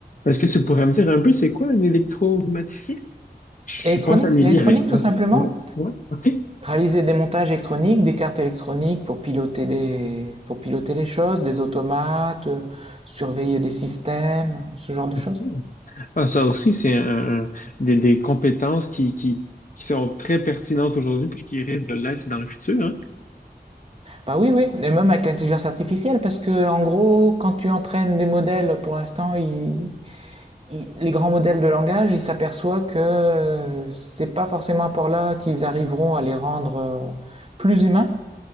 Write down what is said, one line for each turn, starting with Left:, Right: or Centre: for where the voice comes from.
Left: est-ce que tu pourrais me dire un peu c'est quoi un électromaticien? Je suis
Right: L'électronique,
Left: pas familier
Right: l'électronique
Left: avec ça.
Right: tout simplement.
Left: Ouais, ouais, OK.
Right: Réaliser des montages électroniques, des cartes électroniques pour piloter des, pour piloter des choses, des automates, euh, surveiller des systèmes, ce genre de
Left: ok.
Right: choses.
Left: Ah, ça aussi, c'est un- un- des, des compétences qui, qui, qui sont très pertinentes aujourd'hui puis qui risquent de l'être dans le futur, hein?
Right: Bah oui, oui, et même avec l'intelligence artificielle, parce que en gros, quand tu entraînes des modèles, pour l'instant, ils- ils- les grands modèles de langage, ils s'aperçoivent que euh, c'est pas forcément par là qu'ils arriveront à les rendre euh, plus humains,